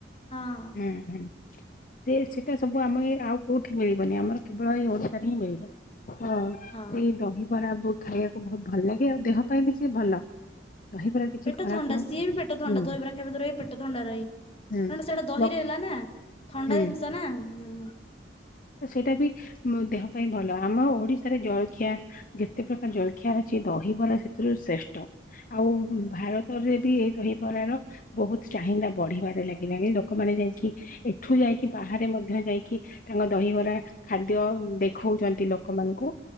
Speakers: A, on the left; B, on the left.
A: ହଁ।
B: ହୁଁ ହୁଁ। ସେ ସେଇଟା ସବୁ ଆମ ଏ ଆଉ କୋଉଠି ମିଳିବନି ଆମର କେବଳ ଏଇ ଓଡିଶାରେ ହିଁ ମିଳିବ। ହଁ
A: ହଁ
B: ସେଇ ଦହିବରାବୁ। ଖାଇବାକୁ ବହୁତ୍ ଭଲ ଲାଗେ ଆଉ ଦେହ ପାଇଁ ବି ସିଏ ଭଲ ଦହିବରା। କିଛି
A: ପେଟ
B: ଖରାପ
A: ଥଣ୍ଡା
B: ନୁହେଁ
A: ସିଏବି ପେଟ ଥଣ୍ଡା
B: ହୁଁ
A: ଦହିବରା ଖାଇବା ଦ୍ଵାରା ବି ପେଟ ଥଣ୍ଡା ରହେ। କାରଣ
B: ହୁଁ
A: ସେଟା ଦହିରେ
B: ଲୋକ
A: ହେଲାନା ଥଣ୍ଡା
B: ହୁଁ
A: ଜିନ୍ସ ନାଁ ହୁଁ।
B: ତ ସେଇଟା ବି ଉଁ ଦେହ ପାଇଁ ଭଲ ଆମ ଓଡିଶାରେ ଜଳଖିଆ ଯେତେ ପ୍ରକାର ଜଳଖିଆ ଅଛି ଦହିବରା ସେଥିରୁ ଶ୍ରେଷ୍ଟ। ଆଉ ଭାରତରେ ବି ଏଇ ଦହିବରାର ବହୁତ୍ ଚାହିନ୍ଦା ବଢ଼ିବାରେ ଲାଗିଲାଣିି ଲୋକମାନେ ଯାଇକି ଏଠୁ ଯାଇକି ବାହାରେ ମଧ୍ୟ ଯାଇକି ତାଙ୍କ ଦହିବରା ଖାଦ୍ୟ ଦେଖଉଚନ୍ତି ଲୋକମାନଙ୍କୁ।